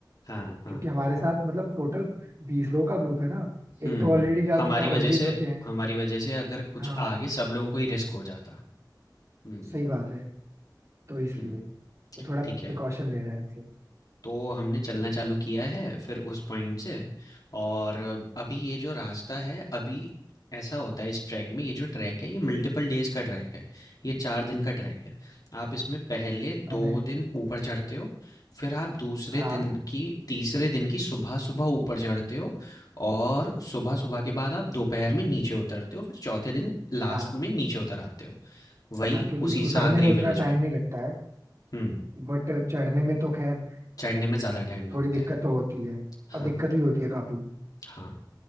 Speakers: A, on the left (about 55°); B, on the right (about 45°).
A: हाँ, हाँ।
B: क्योंकि हमारे साथ मतलब टोटल बीस लोगों का ग्रुप है ना एक
A: हुँ,
B: तो ऑलरेडी जा
A: हमारी
B: चुका है उन्नीस
A: वजह से
B: बचे हैं
A: हमारी वजह से अगर कुछ
B: हाँ
A: आगे सब लोगों को ही रिस्क हो जाता। हुँ,
B: सही बात है तो इसलिए
A: हुँ,
B: वो थोड़ा
A: ठीक है।
B: प्रिकॉशन ले रहे हैं
A: तो हमने चलना चालू किया है फिर उस पॉइंट से और अभी ये जो रास्ता है अभी ऐसा होता है इस ट्रैक में ये जो ट्रैक है ये मल्टीपल डेज का ट्रैक है ये चार दिन का ट्रैक है आप इसमें पहले
B: हमें
A: दो दिन ऊपर चढ़ते हो फिर आप दूसरे
B: हाँ
A: दिन की तीसरे दिन की सुबह सुबह ऊपर चढ़ते हो और सुबह सुबह के बाद आप दोपहर में नीचे उतरते हो फिर चौथे दिन लास्ट
B: हाँ
A: में नीचे उतर आते हो वही
B: हाँ क्योंकि
A: उसी
B: उतरने
A: सांकरी
B: में उतना
A: विलेज
B: टाइम
A: पे
B: नहीं लगता है
A: हम्म
B: बट चढ़ने में तो खैर
A: चढ़ने में ज़्यादा टाइम लगता
B: थोड़ी दिक्कत
A: है
B: तो होती है और
A: हाँ
B: दिक्कत भी होती है काफी
A: हाँ